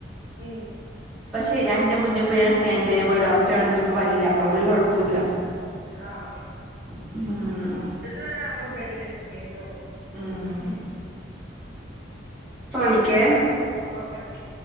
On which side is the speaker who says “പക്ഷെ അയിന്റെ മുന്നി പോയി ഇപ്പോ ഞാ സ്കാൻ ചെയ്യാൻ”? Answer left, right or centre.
Centre